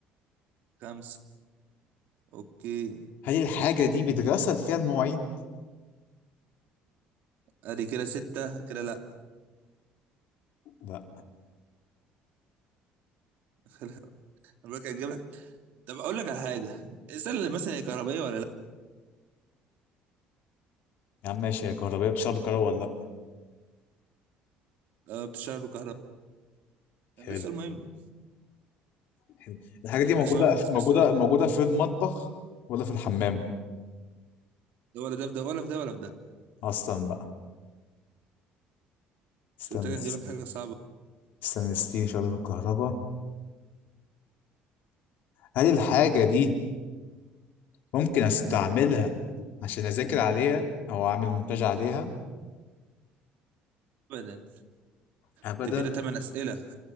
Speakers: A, on the right; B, on the left.
A: خمسة اوكي
B: هل الحاجة دي بتغسل فيها المواعين؟
A: ادي كده ستة كده لا
B: لا
A: <laughs> انا بقى هجيب لك طب اقول لك على حاجة السلة اللي مثلا هي كهربائية ولا لا
B: يا عم ماشي هي كهربائية بتشتغل بالكهرباء ولا لا؟
A: آه بتشتغل بكهرباء ده
B: حلو
A: السؤال مهم
B: حلو الحاجة
A: ده
B: دي موجودة
A: السؤال مهم بالنسبة
B: موجودة
A: لي الصراحة.
B: موجودة في المطبخ ولا في الحمام؟
A: ده ولا ده في ده ولا في ده ولا في ده
B: أصلا بقى استنى
A: شو قلت لك نجيب لك حاجه صعبه
B: استنى ستيل شغالة بالكهرباء هل الحاجة دي ممكن أستعملها عشان أذاكر عليها أو أعمل مونتاج عليها؟
A: ابدا
B: أبدا
A: انت كده تمن اسئله